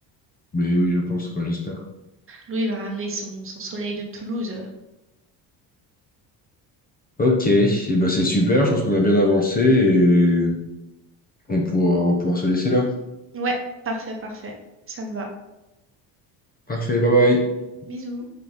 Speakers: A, on the left (about 20°); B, on the right (about 30°).
A: Mais oui, je pense, enfin, j'espère.
B: Louis va ramener son, son soleil de Toulouse.
A: Ok, et bah c'est super, je pense qu'on a bien avancé et on pourra, on pourra se laisser là.
B: Ouais, parfait, parfait. Ça me va.
A: Parfait, bye bye.
B: Bisous.